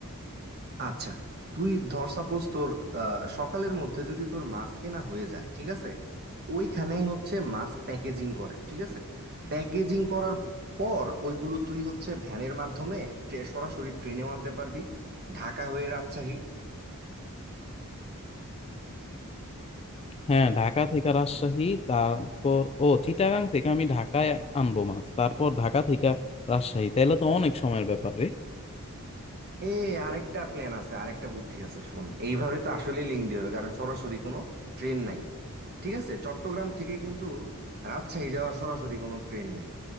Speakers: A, on the right (about 45°); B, on the left (about 25°).
A: আচ্ছা তুই ধর সাপোজ তোর আহ, সকালের মধ্যে যদি তোর মাছ কেনা হয়ে যায় ঠিক আছে ওইখানেই হচ্ছে মাছ প্যাকেজিং করে ঠিক আছে প্যাকেজিং করার পর ওইগুলো তুই হচ্ছে ভ্যানের মাধ্যমে ট্রে- সরাসরি ট্রেনেও আনতে পারবি ঢাকা হয়ে রাজশাহী
B: হ্যাঁ ঢাকা থেকে রাজশাহী তারপর ও চিটাগাং থেকে আমি ঢাকায় আনবো মাছ তারপর ঢাকা থেকে রাজশাহী তাহলে তো অনেক সময়ের ব্যাপার রে
A: এ আরেকটা প্ল্যান আছে আরেকটা বুদ্ধি আছে শুন এইভাবে তো আসলে লিঙ্ক দিয়ে হবে কারণ সরাসরি কোনো ট্রেন নাই ঠিক আছে চট্টগ্রাম থেকে কিন্তু রাজশাহী যাওয়ার সরাসরি কোনো ট্রেন নাই